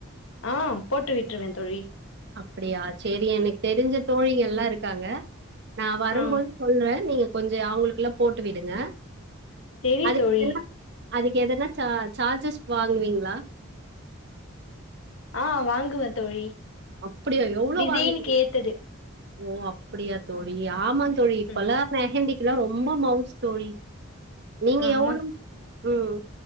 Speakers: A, on the left; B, on the right.
A: ஆ போட்டு விட்ருவே தோழி
B: அப்படியா சேரி எனக் தெரிஞ்ச தோழிகெல்லா இருக்காங்க நா வரும்போது
A: ஆ
B: சொல்றே நீங்க கொஞ்சு அவ்ங்ளுக்கில்லா போட்டு விடுங்க
A: செரி
B: அதுக்கு
A: தோழி
B: அதுக்கு எதனா ச சார்ஜஸ் வாங்குவீங்ளா
A: ஆ வாங்குவே தோழி
B: அப்படியா எவ்ளோ
A: டிசைனுக்கு
B: வாங்கி <inaudible>
A: ஏத்தது
B: ஓ அப்பிடியா தோழி ஆமா தோழி
A: ம்
B: பல மெஹந்தி க்குலா ரொம்ப மவுஸ் தோழி நீங்க
A: ஆமா
B: எவ் <inaudible> ம்